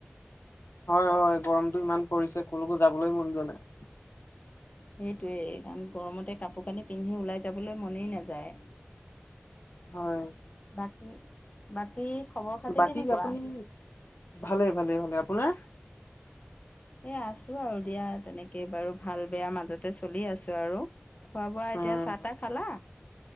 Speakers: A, on the left; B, on the left.
A: হয়, হয়, গৰমতটো ইমান পৰিছে কলৈকো যাবলৈ মন যোৱা নাই
B: সেইটোৱেই কাৰণ, গৰমতে কাপোৰ কানি পিন্ধি ওলাই যাবলৈ মনেই নাযায়
A: হয়।
B: বাকী, বাকী খবৰ খাতি
A: বাকী
B: কেনেকুৱা?
A: আপুনি ভালে, ভালেই, ভালে আপোনাৰ?
B: এই আছো আৰু দিয়া, তেনেকেই বাৰু ভাল বেয়া মাজতে চলি আছো আৰু খোৱা বোৱা এতিয়া,
A: উম
B: চাহ তাহ খালা?